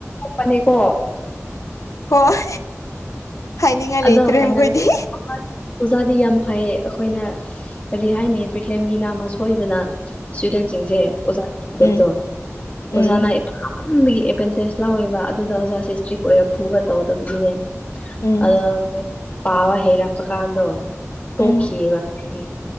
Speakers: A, on the left; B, on the left.
A: ꯐꯅꯤꯀꯣ
B: ꯍꯣꯏ ꯍꯥꯏꯅꯤꯡꯉꯥꯏ
A: ꯑꯗꯣ
B: ꯂꯩꯇ꯭ꯔꯦ
A: ꯀꯩꯅꯣꯅꯦ
B: ꯃꯈꯣꯏꯗꯤ
A: ꯑꯣꯖꯥꯗꯤ ꯌꯥꯝ ꯐꯩ ꯑꯩꯈꯣꯏꯅ ꯀꯔꯤ ꯍꯥꯏꯅꯤ ꯄ꯭ꯔꯤꯀꯦꯟꯒꯤ ꯅꯥꯝꯃ ꯁꯣꯏꯕꯅ ꯏꯁꯇꯨꯗꯦꯟꯁꯤꯡꯁꯦ ꯑꯣꯖꯥ ꯀꯤꯗꯕꯗꯣ
B: ꯎꯝ
A: ꯑꯣꯖꯥꯅ
B: ꯎꯝ
A: ꯕꯒꯤ ꯑꯦꯗꯚꯦꯟꯇꯦꯖ ꯂꯥꯎꯋꯦꯕ ꯑꯗꯨꯗ ꯑꯣꯖꯥꯁꯦ ꯏꯁꯇ꯭ꯔꯤꯛ ꯑꯣꯏ ꯐꯨꯕ ꯇꯧꯗꯕꯒꯤꯅꯦ
B: ꯎꯝ
A: ꯑ ꯄꯥꯋꯥ ꯍꯩꯔꯛꯄ ꯀꯥꯟꯗꯣ ꯇꯣꯈꯤꯌꯦꯕ
B: ꯎꯝ
A: ꯑꯩ